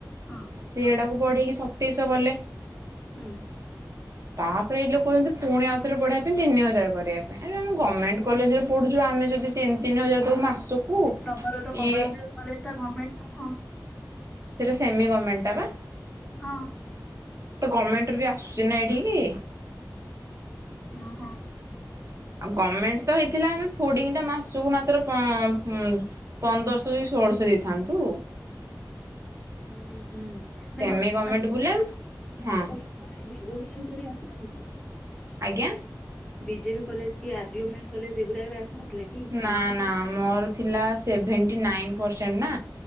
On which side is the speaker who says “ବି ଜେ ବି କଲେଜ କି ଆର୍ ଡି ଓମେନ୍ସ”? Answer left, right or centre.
Centre